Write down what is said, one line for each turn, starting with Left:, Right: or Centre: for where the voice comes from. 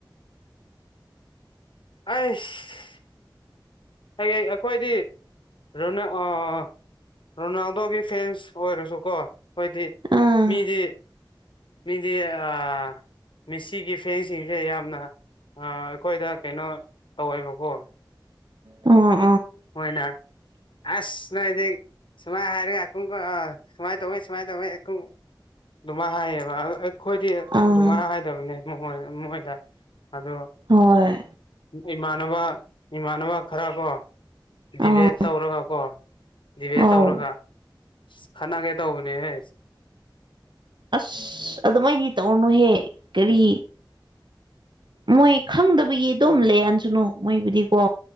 Left: ꯑꯩꯁ ꯍꯌꯦꯡ ꯑꯩꯈꯣꯏꯗꯤ ꯔꯅꯤ ꯑꯥ ꯔꯣꯅꯥꯜꯗꯣꯒꯤ ꯐꯦꯟꯁ ꯑꯣꯏꯔꯁꯨꯀꯣ ꯈꯣꯏꯗꯤ
Right: ꯑꯥ
Left: ꯃꯤꯗꯤ ꯃꯤꯗꯤ ꯑꯥ ꯃꯤꯁꯤꯒꯤ ꯐꯦꯟꯁꯤꯡꯁꯦ ꯌꯥꯝꯅ ꯑ ꯑꯩꯈꯣꯏꯗ ꯀꯩꯅꯣ ꯇꯧꯋꯦꯕꯀꯣ
Right: ꯑ
Left: ꯃꯣꯏꯅ ꯑꯁ ꯅꯣꯏꯗꯤ ꯁꯨꯃꯥꯏ ꯍꯥꯏꯔꯒꯈꯨꯒ ꯑ ꯁꯨꯃꯥꯏ ꯇꯧꯌꯦ ꯁꯨꯃꯥꯏ ꯇꯧꯌꯦ ꯀꯨ ꯑꯗꯨꯃꯥꯏꯅ ꯍꯥꯏꯌꯦꯕ ꯑꯩꯈꯣꯏꯗꯤ
Right: ꯑꯥ
Left: ꯑꯗꯨꯃꯥꯏꯅ ꯍꯥꯏꯗꯕꯅꯦ ꯃꯣꯏ ꯃꯣꯏꯗ ꯑꯗꯣ
Right: ꯍꯣꯏ
Left: ꯏꯃꯥꯟꯅꯕ ꯏꯃꯥꯟꯅꯕ ꯈꯔ ꯀꯣ ꯗꯤꯚꯦꯠ
Right: ꯑꯥ
Left: ꯇꯧꯔꯒ ꯀꯣ ꯗꯤꯚꯦꯠ
Right: ꯑꯧ
Left: ꯇꯧꯔꯒ ꯈꯠꯅꯒꯦ ꯇꯧꯕꯅꯦꯍꯦ
Right: ꯑꯁ ꯑꯗꯨꯃꯥꯏꯗꯤ ꯇꯧꯔꯣꯅꯨꯍꯦ ꯀꯔꯤ ꯃꯣꯏ ꯈꯪꯗꯕꯒꯤ ꯑꯗꯨꯝ ꯂꯩꯍꯟꯁꯅꯨ ꯃꯣꯏꯕꯨꯗꯤꯀꯣ